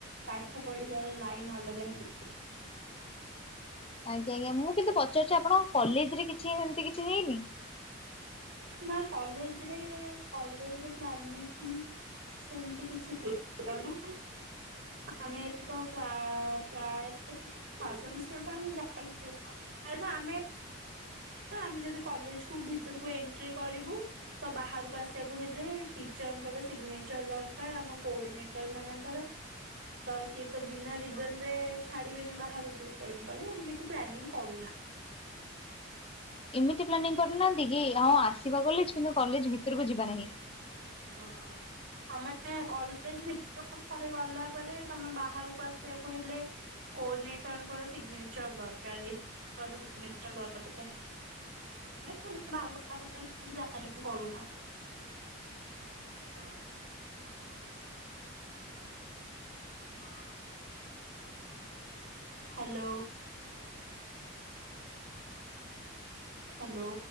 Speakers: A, on the right; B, on the left.
A: ପାଠ ପଢ଼ିବାର ଲାଇନ୍ ଅଲଗା ହେଇ ଯା
B: ଆଜ୍ଞା ଆଜ୍ଞା ମୁଁ କିନ୍ତୁ ପଚାରୁଛି ଆପଣଙ୍କ କଲେଜରେ କିଛି ହେମ୍ ତି କିଛି ହେଇନି?
A: ନା କଲେଜରେ କଲେଜ ପ୍ଲାନିଂ ସେମିତି କିଛି ହେଇନି କାରଣ ଆମେ ତ ପ୍ରାୟ ପ୍ରାୟ ଫାସ୍ ସେମିଷ୍ଟାର୍ ଟା ଆମେ ଯାଇଥିଲୁ କାରଣ ଆମେ ଆମେ ଯଦି କଲେଜ କୁ ଭିତରକୁ ଏଣ୍ଟ୍ରି କରିବୁ ତ ବାହାରକୁ ଆସିବାକୁ ହେଲେ ଟିଚରଙ୍କର ସିଗ୍ନେଚର ଦରକାର ଆମ କୋଡ଼ି ନେଟର ମାନଙ୍କର। ତ ସିଏ ତ ବିନା ରିଜନ୍ ରେ ଛାଡ଼ିବେନି ବାହାରକୁ ତେଣୁ କରି ଆମେ କିଛି ପ୍ଲାନିଂ କରୁନା।
B: ଏମିତି ପ୍ଲାନିଂ କରିନାହାନ୍ତି କି ହଁ ଆସିବା କଲେଜ୍ କିନ୍ତୁ କଲେଜ୍ ଭିତରକୁ ଯିବା ନାହିଁ।
A: ଓ ଆମେ ତ କଲେଜ୍ ଭିତରକୁ ଥରେ ଗଲା ପରେ ତୋମେ ବାହାରକୁ ଆସିବାକୁ ହେଲେ କୋଡିନେଟର୍ ଙ୍କର ସିଗନେଚର୍ ଦରକାର ଏ <inaudible> ସିଗନେଚର୍ ଦରକାର। <inaudible> ବାହାରକୁ <inaudible> କରୁନା। ହଁ। <inaudible> ହାଲୋ। ହ୍ୟାଲୋ।